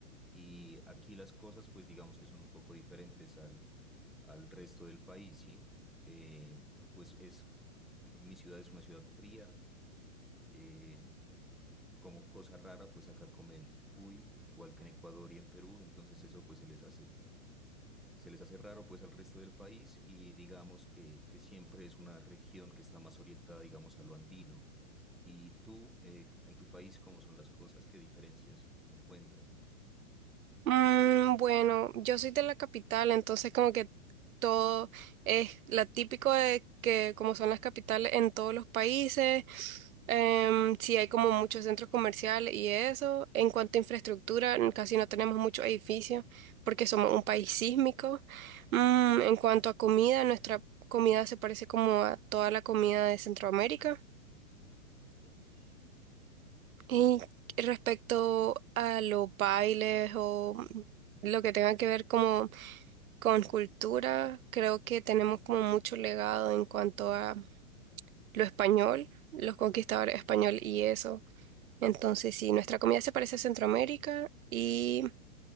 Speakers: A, in the centre; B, on the right (about 75°).
A: y aquí las cosas pues digamos que son un poco diferentes al, al resto del país, ¿sí? Eh, pues es, mi ciudad es una ciudad fría, eh, como cosa rara pues acá comen cuy, igual que en Ecuador y en Perú, entonces eso pues se les hace se les hace raro pues al resto del país y digamos que, que siempre es una región que está más orientada digamos a lo andino. ¿Y tú, eh, en tu país, cómo son las cosas? ¿Qué diferencias encuentras?
B: Mm, bueno, yo soy de la capital, entonces como que todo es la típico de que como son las capitales en todos los países, em, sí hay como muchos centros comerciales y eso. En cuanto a infraestructura, n- casi no tenemos muchos edificios porque somos un país sísmico. Mm, en cuanto a comida, nuestra comida se parece como a toda la comida de Centroamérica. Y respecto a los bailes o mm, lo que tenga que ver como con cultura, creo que tenemos como mucho legado en cuanto a lo español, los conquistadores español y eso. Entonces, sí, nuestra comida se parece a Centroamérica y